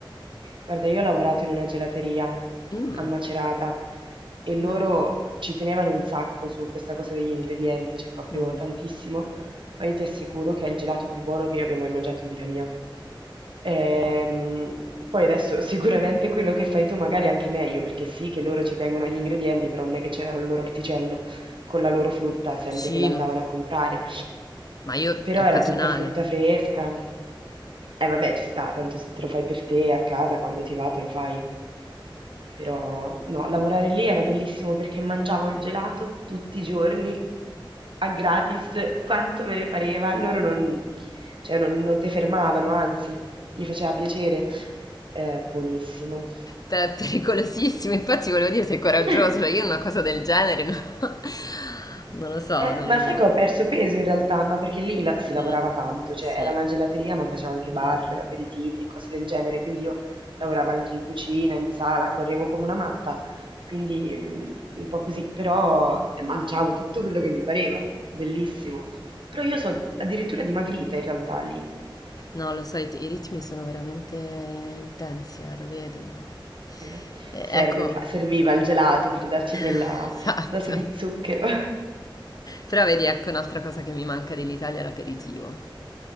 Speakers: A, on the right; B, on the left.
A: Guarda, io ho lavorato in una gelateria
B: Mm.
A: a Macerata e loro
B: Ah.
A: ci tenevano un sacco su questa cosa degli ingredienti, cioè proprio
B: Mhm.
A: tantissimo, ma io ti assicuro che è il gelato più buono che io abbia mai mangiato in vita mia. Ehm, poi adesso <laughs> sicuramente quello che fai tu magari è anche meglio, perché sì che loro ci tengono agli ingredienti, però non è che c'era il loro orticello con la loro frutta, sempre
B: Sì,
A: che l'andavano a comprare.
B: ma io
A: Però
B: è occasionale.
A: era tutta frutta fresca. Eh vabbè, ci sta, tanto se te lo fai per te a casa, quando ti va, te lo fai. Però no, lavorare lì era bellissimo perché mangiavo il gelato tutti i giorni a gratis, quanto me ne pareva. Loro non, cioè, non, non te fermavano, anzi, gli faceva piacere. Eh, buonissimo.
B: Te È pericolosissimo, infatti volevo dire sei coraggioso,
A: <laughs>
B: cioè io una cosa del genere, no? <laughs> Non lo so,
A: Eh,
B: non...
A: ma sai che ho perso peso in realtà, ma perché lì la si lavorava
B: mm,
A: tanto, cioè
B: sì.
A: era una gelateria ma faceva anche bar, aperitivi e cose del genere, quindi io lavoravo anche in cucina, in sala, correvo come una matta, quindi mh, un po' così, però eh, mangiavo tutto quello che mi pareva, bellissimo. Però io so addirittura dimagrita in realtà lì,
B: No, lo sai, i ritmi sono veramente intensi, eh, lo vedo, ma...
A: eh,
B: eh,
A: serve
B: ecco,
A: infa- serviva il gelato per darci quella
B: <laughs> esatto.
A: dose di zucchero. <laughs>
B: Però vedi, ecco un'altra cosa che mi manca dell'Italia, è l'aperitivo.